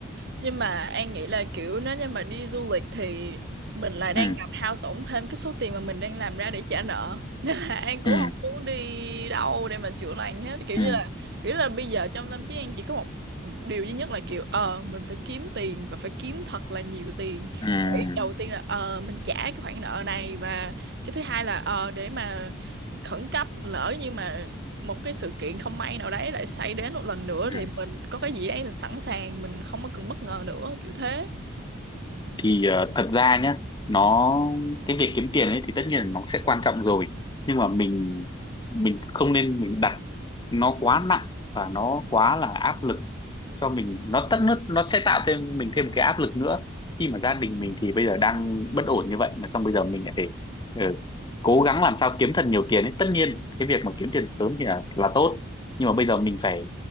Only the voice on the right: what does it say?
nhưng mà An nghĩ là kiểu nếu như mà đi du lịch thì mình lại đang
làm hao tổn thêm cái số tiền mà mình đang làm ra để trả nợ <laughs> nên là An cũng
không muốn đi đâu để mà chữa lành hết kiểu
như là kiểu là bây giờ trong tâm trí An chỉ có một điều duy nhất là kiểu ờ mình phải kiếm tiền và phải kiếm thật là nhiều tiền
để đầu tiên là ờ mình trả cái khoản nợ này và cái thứ hai là ờ để mà khẩn cấp lỡ như mà một cái sự kiện không may nào đấy lại xảy đến một lần nữa
thì mình có cái gì đấy mình sẵn sàng mình không có cần bất ngờ nữa kiểu thế